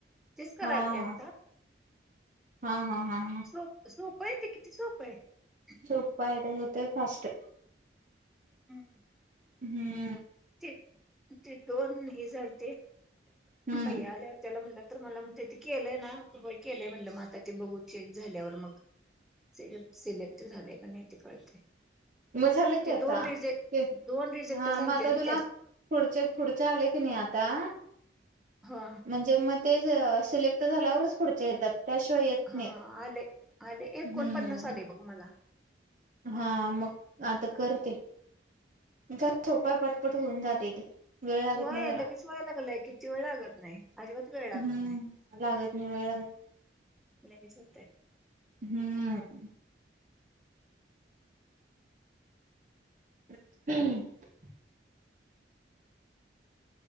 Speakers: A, in the centre; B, on the right (about 45°).
A: तेच करायलते
B: हा
A: आत्ता
B: हा हा हा. हा हा
A: सृप सृप व्हय ते किती सोपं हे पण
B: सोपं आहे ते होतंय फास्ट.
A: हम्
B: हम्म
A: <unintelligible> ते दोन हे झालते.
B: हम्म
A: भैया आल्यावर त्याला म्हणलं, तर मला म्हणतेत ते केलंय ना? व्हय केलंय म्हणलं मग आता ते बघू चेक झाल्यावर मग सि सिलेक्ट झालेय का नाही ते कळतय
B: मग झालं की
A: ते
B: आता
A: दोन रिजेक्
B: ते
A: दोन रिजेक्ट
B: हा मग
A: झालते
B: आता
A: नई
B: तुला पुढचे पुढचे आले की नाही आता
A: हा
B: म्हणजे मग ते सिलेक्ट झाल्यावरच पुढचे येतात. त्याशिवाय येत
A: हा
B: नाहीत
A: आले आले एकोणपन्नास
B: हम्म
A: आले बघ मला
B: हा मग आता कर ते. ज सोप हा पटपट होऊन जा तय ते वेळ लागत
A: व्हय
B: नाही त्याला
A: लगेच व्हायला लागलंय किती वेळ लागत नाही अजिबात वेळ लागत
B: हम्म
A: नाही.
B: लागत नाही वेळ लागत
A: लगेच होतय
B: हुं <unintelligible>